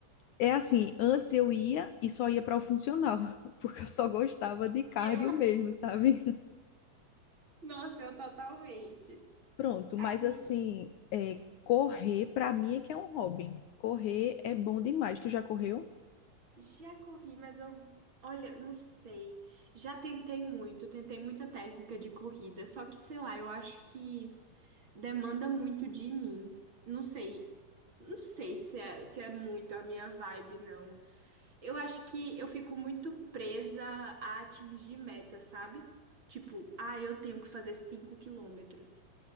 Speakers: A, on the left; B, on the right.
A: É assim, antes eu ia e só ia para o funcional, <laughs> porque eu só gostava de cardio
B: eu,
A: mesmo, sabe?
B: nossa, eu totalmente.
A: <laughs> Pronto, mas
B: E
A: assim, é, correr para mim é que é um hobby. Correr é bom demais. Tu já correu?
B: Já corri, mas eu, olha, não sei. Já tentei muito, tentei muita técnica de corrida, só que, sei lá, eu acho que demanda muito de mim. Não sei, não sei se é, se é muito a minha vibe, não. Eu acho que eu fico muito presa a atingir meta, sabe? Tipo, ah, eu tenho que fazer 5 quilômetros.